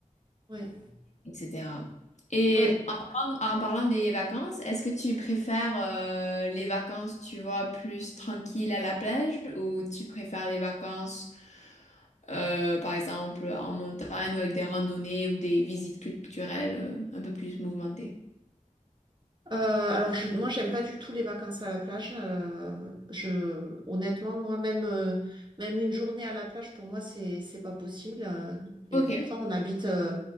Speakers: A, on the right (about 35°); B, on the left (about 55°).
A: Ouais,
B: etc. Et
A: ouais.
B: en parlant, en parlant des vacances, est-ce que tu préfères euh, les vacances, tu vois, plus tranquilles à la plage ou tu préfères les vacances, euh, par exemple, en montagne ou avec des randonnées ou des visites culturelles euh, un peu plus mouvementées?
A: Euh, alors je, moi, j'aime pas du tout les vacances à la plage. euh, je, honnêtement, moi même euh, même une journée à la plage pour moi, c'est c'est pas possible. euh, et
B: Ok.
A: pourtant, on habite euh,